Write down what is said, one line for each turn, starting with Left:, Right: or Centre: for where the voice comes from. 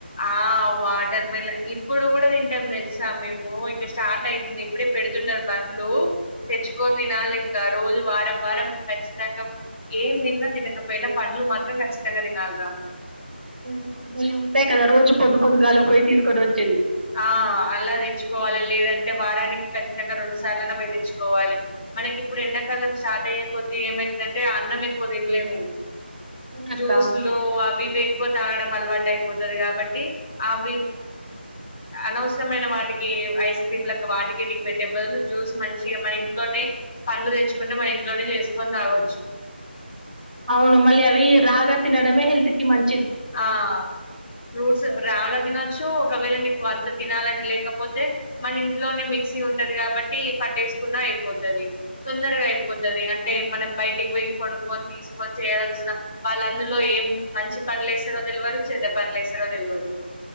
Left: ఆ వాటర్ మిలాన్ ఇప్పుడు కూడా తింటాం తెలుసా మేము ఇగ స్టార్ట్ అయితుంది ఇప్పుడే పెడుతున్నారు. బండ్లు తెచ్చుకొని తినాలి ఇంకా రోజు వారం వారం ఖచ్చితంగా ఏం తిన్న తినకపోయినా పళ్లు మాత్రం ఖచ్చితంగా తినాలిరా.
Right: ఇప్పుడు ఉండాయి కదా రోజు పొద్దు పొద్దుగాలి పోయి తీసుకొని వచ్చేది.
Left: ఆ అలా తెచ్చుకోవాలి. లేదంటే వారానికి ఖచ్చితంగా రెండు సార్లుఅయిన పోయి తెచ్చుకోవాలి. మనకి ఇప్పుడు ఎండాకాలం స్టార్ట్ అయ్యే కొద్దీ, ఏమయిద్దంటే అన్నం ఎక్కువ తినలేము.
Right: అవునక్క.
Left: జ్యూస్ లు అవి ఇవి ఎక్కువ తాగడం అలవాటు అయిపోతది కాబట్టి అవి అనవసరమైన వాటికి ఐస్ క్రీమ్ లక్క వాటికి ఇంటికి పెట్టే బదులు జ్యూస్ మంచిగా మన ఇంట్లోనే పండ్లు తెచ్చుకుంటే మన ఇంట్లోనే చేసుకొని తాగచ్చు.
Right: అవును మళ్ళీ అవి రాగ తినడమే హెల్త్ కి మం
Left: ఆ ఫ్రూట్స్ రాగా తినొచ్చు ఒకవేళ నీకు అంత తినాలని లేకపోతే మన ఇంట్లోనే మిక్సీ ఉంటది. కాబట్టి పట్టేసుకున్న అయిపోతది తొందరగా అయిపోతది
Right: హ్మ్.
Left: అంటే మనం బయటికి పోయి కొనుక్కొని తీసుకొని చేయాల్సిన వాళ్ళందులో ఏం మంచి పండ్లు ఏస్తరో తెలువదు చెడ్డ పండ్లు ఏస్తరో తెల్వదు.